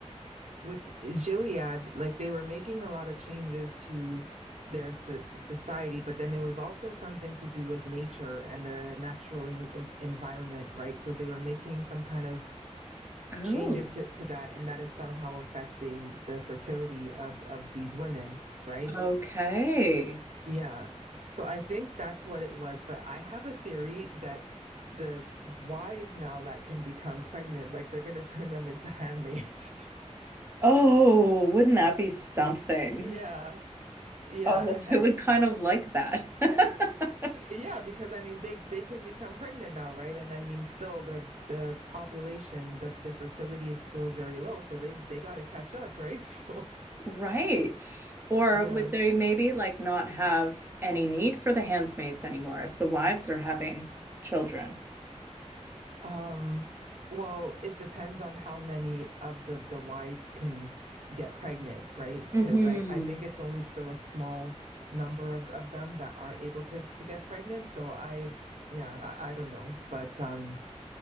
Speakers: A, on the right (about 70°); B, on the right (about 20°).
A: with Gilead, like they were making a lot of changes to their so society, but then it was also something to do with nature and the natural en en environment, right? So they were making some kind of
B: Oh,
A: changes to, to that and that is somehow affecting the fertility of of these women right
B: okay.
A: yeah so i think that's what it was but i have a theory that the wives now that can become pregnant like they're going to turn them into handmaids <laughs>
B: Oh, wouldn't that be something?
A: Yeah. yeah
B: Oh, <laughs>
A: I,
B: I would kind of like that. <laughs>
A: yeah because i mean they they can become pregnant now right and i mean still the the population the the fertility is still very low so they they got to catch up right <laughs> so
B: Right. Or
A: yeah
B: would they maybe like not have any need for the handmaids anymore if the wives are having children?
A: Um, well, it depends on how many of the the wives can get pregnant, right?
B: hmm
A: Because I I think it's only still a small number of of them that are able to to get pregnant. So I yeah, I, I don't know, but um